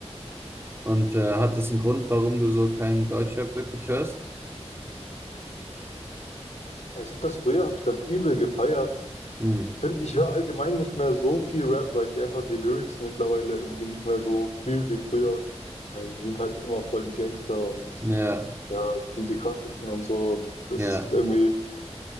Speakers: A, on the right; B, on the left.
A: Und äh, hat das einen Grund, warum du so keinen Deutschrap wirklich hörst?
B: Ich habe das früher, habe ich das übel gefeiert.
A: Hm.
B: Ich könnte, ich höre allgemein nicht mehr so viel Rap, weil ich einfach die Lyrics mittlerweile irgendwie nicht mehr so fühle wie früher, weil sie sind halt immer voll die Gangster und
A: Ja,
B: ja, sie sind die krassesten und so. Und Das
A: ja.
B: ist irgendwie